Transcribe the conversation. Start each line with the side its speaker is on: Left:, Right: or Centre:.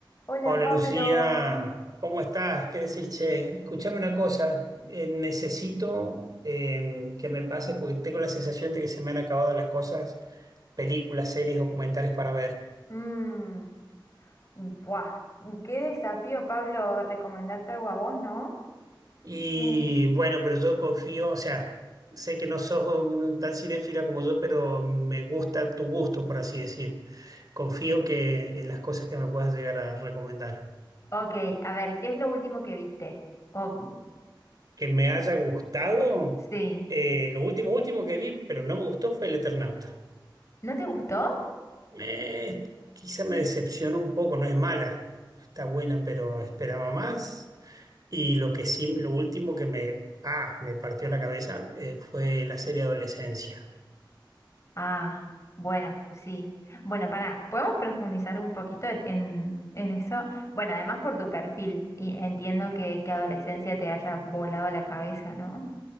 Left: Hola
Right: Hola
Left: Pablo.
Right: Lucía, ¿cómo estás? ¿Qué decís, che? Escuchame una cosa, eh, necesito eh, que me pases porque tengo la sensación de que se me han acabado las cosas, películas, series, documentales para ver.
Left: Mm, buah, qué desafío, Pablo, recomendarte algo a vos, ¿no?
Right: Y
Left: Mm.
Right: bueno, pero yo confío, o sea, sé que no sos un- tan cinéfila como yo, pero me gusta tu gusto, por así decir. Confío que en las cosas que me puedas llegar a recomendar.
Left: Ok, a ver, ¿qué es lo último que viste? Oh,
Right: Que me haya gustado,
Left: sí.
Right: eh, lo último, último que vi, pero no me gustó fue El Eternauta.
Left: ¿No te gustó?
Right: Me, quizá me decepcionó un poco, no es mala, está buena, pero esperaba más. Y lo que sí, lo último que me, ah, me partió la cabeza eh, fue la serie Adolescencia.
Left: Ah, bueno, sí. Bueno, para, podemos profundizar un poquito en, en- en eso. Bueno, además por tu perfil, y entiendo que, que adolescencia te haya volado la cabeza, ¿no?